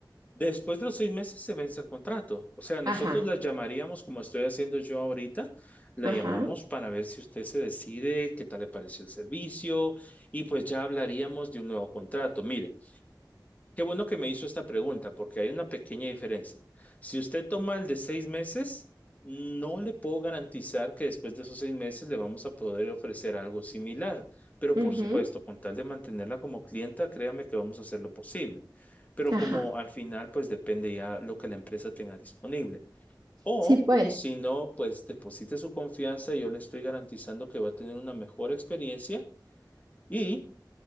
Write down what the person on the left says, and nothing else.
Después de los seis meses se vence el contrato. O sea, nosotros
la llamaríamos, como estoy haciendo yo ahorita, la
llamamos para ver si usted se decide, qué tal le pareció el servicio, y pues ya hablaríamos de un nuevo contrato. Mire, Qué bueno que me hizo esta pregunta, porque hay una pequeña diferencia. Si usted toma el de seis meses, no le puedo garantizar que después de esos seis meses le vamos a poder ofrecer algo similar, pero
por supuesto, con tal de mantenerla como clienta, créame que vamos a hacer lo posible. Pero
como al final, pues depende ya lo que la empresa tenga disponible. O
si no, pues deposite su confianza y yo le estoy garantizando que va a tener una mejor experiencia. Y